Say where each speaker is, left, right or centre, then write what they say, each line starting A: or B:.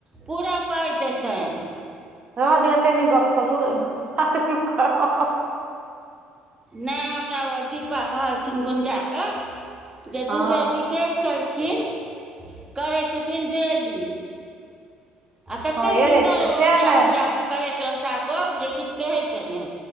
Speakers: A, on the right (about 20°); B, on the right (about 40°).
A: पूरा पाइ देतनि
B: रहऽ दे एते नहि गप्प खोलू खत्म करब
A: नहि हमरा ओ दीपा कहलखिन गुंजा के जे
B: हँ
A: दू बेर विकेश कहलखिन करय छथिन डेली आ तते
B: हँ यै
A: सुन्दर
B: तऽ
A: ओ
B: सएह
A: ओरिया
B: ने
A: ओरिया कऽ करैत रहताह गप जे किछ कहै के नहि